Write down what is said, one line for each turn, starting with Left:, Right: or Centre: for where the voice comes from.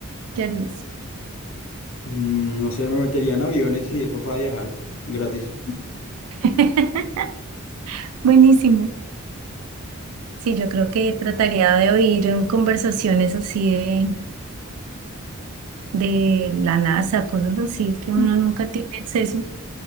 Right: ¿Qué harías?
Left: mm, no sé, me metería en aviones y eso para viajar gratis.
Right: <laughs> Buenísimo. Sí, yo creo que trataría de oír en conversaciones así de, de la NASA, cosas así que uno
Left: <laughs>
Right: nunca tiene acceso.